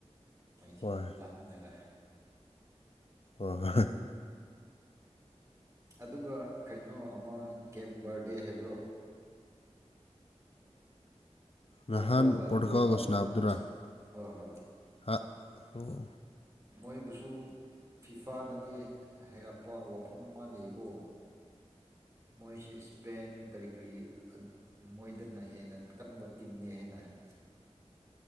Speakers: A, on the right; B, on the left.
A: ꯃꯣꯏꯁꯦ
B: ꯍꯣꯏ
A: ꯂꯛꯅꯔꯥ <inaudible>
B: ꯍꯣꯏ ꯍꯣꯏ
A: ꯑꯗꯨꯒ ꯀꯩꯅꯣ ꯑꯃ ꯀꯦꯞ ꯕꯔꯗꯦ ꯍꯥꯏꯕ꯭ꯔꯣ ꯄꯣꯔꯇꯨꯒꯥꯜꯒ
B: ꯅꯍꯥꯟ ꯄꯣꯔꯇꯨꯒꯜꯒ
A: ꯗ꯭ꯔꯣ ꯇꯥꯕꯗꯣ
B: ꯁꯥꯟꯅꯕꯗꯨꯔꯥ
A: ꯍꯣꯏ ꯍꯣꯏ
B: ꯍ ꯑꯣ
A: ꯃꯣꯏꯕꯨꯁꯨꯨ ꯐꯤꯐꯥꯅꯗꯤ ꯍꯩꯔꯛꯄ ꯋꯥꯐꯝ ꯑꯃ ꯂꯩꯌꯦꯀꯣ ꯃꯣꯏꯁꯤ ꯁ꯭ꯄꯦꯟ ꯀꯔꯤ ꯀꯔꯤ ꯃꯣꯏꯗꯅ ꯍꯦꯟꯅ ꯀꯟꯕ ꯇꯤꯝꯅꯦ ꯍꯩꯅ <inaudible>